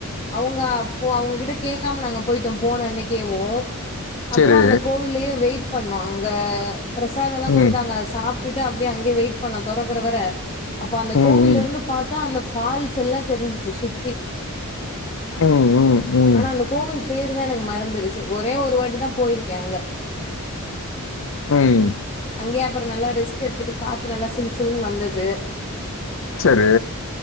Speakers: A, on the left (about 25°); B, on the left (about 60°).
A: அவுங்க அப்ப அவுங்ககிட்ட கே க்காம நாங்க போயிட்டோம் போன அன்னைக்கேவு அப்புறோ
B: சரி.
A: அந்த கோவில்லயே வெயிட் பண்ணோ அங்க பிரசாதம் எல்லா குடுத்தாங்க
B: ம்.
A: அத சாப் ட்டுட்டு அப்டியே அங்கே வெயிட் பண்ணோ துறக்கற வர அப்ப அந்த
B: ம்,
A: கோவில்ல
B: ம்.
A: இருந்து பாத்தா அந்த ஃபால்ஸ் எல்லா தெரிஞ்சிச்சு சுத்தி
B: உம் உம் உம்
A: ஆனா அந்த கோவில் பேரு தா எனக்கு மறந்துருச்சு ஒரே ஒரு வாட்டி தா போயிருக்க அங்க
B: உம்
A: அங்கயே அப்புறோ நல்லா ரெஸ்ட் எடுத்துட்டு காத்து நல்லா சிலு சிலுன் வந்தது
B: செரி